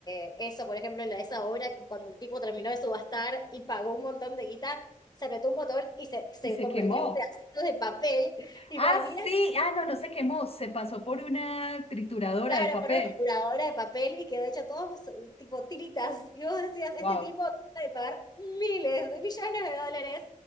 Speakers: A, on the left; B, on the left.
A: Eh, eso, por ejemplo, en la- esa obra que cuando el tipo terminó de subastar y pagó un montón de guita, se apretó un botón y se, se
B: Y se
A: convirtió
B: quemó.
A: en pedazos de papel. Y
B: Ah,
A: para mí era
B: sí, ah, no, no se quemó, se pasó por una trituradora
A: Claro,
B: de papel.
A: con una trituradora de papel y quedó hecho todo so- tipo tiritas. Y vos decías, este
B: Wow,
A: tipo acaba de pagar miles de millones de dólares